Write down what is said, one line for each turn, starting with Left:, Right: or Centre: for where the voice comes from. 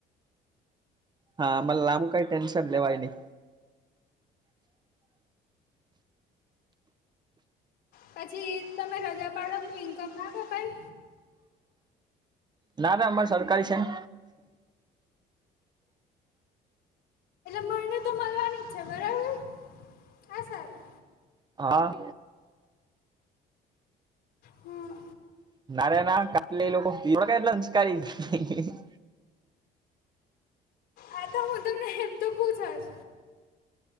Right: હાઆ મા લંબુ કઈ ટેન્શન લેવાય નહી.
Left: પછી તમે રજા પાડો ઇન્કમ ખપાઈ
Right: ના ના અમારે સરકારી છે ને
Left: મને તો મળવાની ઈછે બરાબર હા સારું.
Right: હા,
Left: હમ
Right: <unintelligible> <inaudible>
Left: આતો હું તમને હેતો પૂછશ.